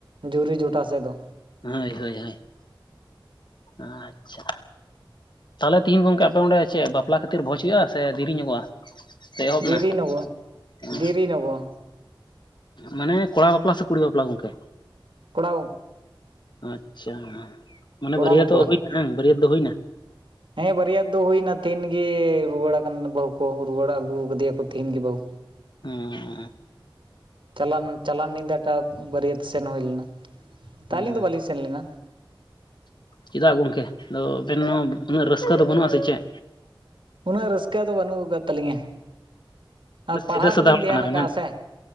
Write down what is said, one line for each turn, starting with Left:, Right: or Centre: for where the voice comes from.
Right: ᱡᱩᱨᱤ ᱡᱚᱴᱟ ᱥᱮᱫ ᱫᱚ
Left: ᱦᱳᱭ ᱦᱳᱭ ᱦᱳᱭ ᱟᱪᱪᱷᱟ ᱛᱟᱦᱚᱞᱮ ᱛᱮᱦᱤᱧ ᱜᱚᱝᱠᱮ ᱟᱯᱮ ᱚᱸᱰᱮ ᱪᱮᱜ ᱵᱟᱯᱞᱟ ᱠᱷᱟᱹᱛᱤᱨ ᱵᱷᱚᱡ ᱦᱩᱭᱩᱜᱼᱟ ᱥᱮ ᱫᱤᱨᱤᱧᱚᱜᱚᱼᱟ ᱮᱦᱚᱵ
Right: ᱫᱮᱨᱤ
Left: ᱢᱮ
Right: ᱧᱚᱜᱚᱜᱼᱟ
Left: ᱦᱮᱸ
Right: ᱫᱮᱨᱤ ᱧᱚᱜᱚᱜᱼᱟ
Left: ᱢᱟᱱᱮ ᱠᱚᱲᱟ ᱵᱟᱯᱞᱟ ᱥᱮ ᱠᱩᱲᱤ ᱵᱟᱯᱞᱟ ᱜᱚᱝᱠᱮ
Right: ᱠᱚᱲᱟᱣ
Left: ᱟᱪᱪᱷᱟ ᱢᱟᱱᱮ
Right: ᱠᱚᱲᱟ
Left: ᱵᱟᱹᱨᱭᱟᱹᱛ
Right: ᱵᱟᱯᱞᱟ
Left: ᱛᱚᱜ ᱠᱩᱡ ᱟᱝ ᱵᱟᱹᱨᱭᱟᱹᱛ ᱫᱚ ᱦᱩᱭᱱᱟ
Right: ᱦᱮᱸ ᱵᱟᱨᱭᱟ ᱫᱚ ᱦᱩᱭᱱᱟ ᱛᱮᱦᱮᱧ ᱜᱮ ᱨᱩᱣᱟᱹᱲ ᱟᱠᱟᱱ ᱵᱟᱹᱦᱩ ᱠᱚ ᱨᱩᱣᱟᱹᱲ ᱟᱹᱜᱩ ᱟᱠᱟᱫᱮᱭᱟ ᱠᱚ ᱛᱮᱦᱮᱧ ᱜᱮ ᱵᱟᱹᱦᱩ
Left: ᱩᱸ
Right: ᱪᱟᱞᱟᱱ ᱪᱟᱞᱟᱱ ᱧᱤᱫᱟᱹ ᱴᱟᱜ ᱵᱟᱹᱨᱭᱟᱹᱛ ᱥᱮᱱ ᱦᱩᱭ ᱞᱮᱱᱟ ᱛᱚ
Left: ᱚᱸᱻ
Right: ᱟᱹᱞᱤᱧ ᱫᱚ ᱵᱟᱹᱞᱤᱧ ᱥᱮᱱ ᱞᱮᱱᱟ
Left: ᱪᱮᱫᱟᱜ ᱜᱚᱝᱠᱮ ᱟᱫᱚ ᱟᱵᱤᱱ ᱦᱚᱸ ᱩᱱᱟᱹᱜ ᱨᱟᱹᱥᱠᱟᱹ ᱫᱚ ᱵᱟᱹᱱᱩᱜᱼᱟ ᱥᱮ ᱪᱮᱜ
Right: ᱩᱱᱟᱹᱜ ᱨᱟᱹᱥᱠᱟᱹ ᱫᱚ ᱵᱟᱹᱱᱩᱜ ᱟᱠᱟᱫ ᱛᱟᱹᱞᱤᱧᱟ ᱟᱨ
Left: ᱥᱤᱫᱟᱹ
Right: ᱯᱟᱲᱦᱟᱜ
Left: ᱥᱟᱫᱟ
Right: ᱨᱮᱞᱤᱧ
Left: ᱦᱚᱲ
Right: ᱫᱷᱮᱭᱟᱱ
Left: ᱠᱟᱱᱟᱵᱮᱱ
Right: ᱟᱠᱟᱜᱼᱟ
Left: ᱵᱟᱝ
Right: ᱥᱮ